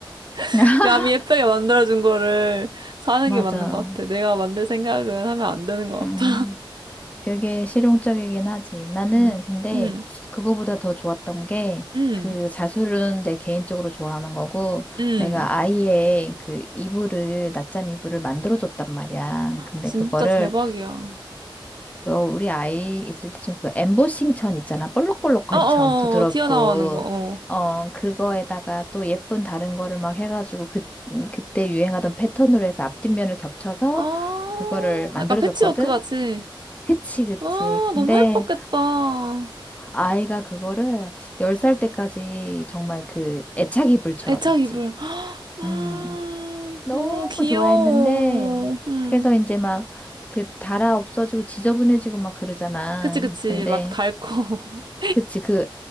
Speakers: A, on the right (about 55°); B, on the left (about 15°).
A: <laughs>
B: <laughs>
A: 남이 예쁘게 만들어준 거를 사는
B: 맞아.
A: 게 맞는 것 같아. 내가 만들 생각은 하면 안 되는 것
B: 음.
A: 같아.
B: 그게 실용적이긴 하지. 나는
A: 음,
B: 근데
A: <laughs> 음,
B: 그거보다 더 좋았던 게
A: 음,
B: 그 자수는 내 개인적으로 좋아하는 거고
A: 음.
B: 내가 아이의 그 이불을 낮잠 이불을 만들어줬단 말이야. 근데
A: 진짜
B: 그거를
A: 대박이야.
B: 그거 우리 아이 있을 때 좀 그 엠보싱 천 있잖아. 볼록볼록한
A: 어, 어,
B: 천 부드럽고
A: 어, 튀어나오는 거. 어.
B: 어 그거에다가 또 예쁜 다른 거를 막 해가지고 그 그때 유행하던 패턴으로 해서 앞뒷면을 겹쳐서
A: 아,
B: 그거를 만들어줬거든.
A: 약간 패치워크 같이.
B: 그치, 그치.
A: 아,
B: 근데
A: 너무 예뻤겠다.
B: 아이가 그거를 10살 때까지 정말 그 애착이 불처럼
A: 애착
B: 있지.
A: 이불. <gasps> 음,
B: 음, 너무
A: 너무 귀여워.
B: 좋아했는데,
A: 음.
B: 그래서 이제 막 그 달아 없어지고 지저분해지고 막 그러잖아.
A: 그치, 그치.
B: 근데,
A: 막 닳고. <laughs>
B: 그치, 그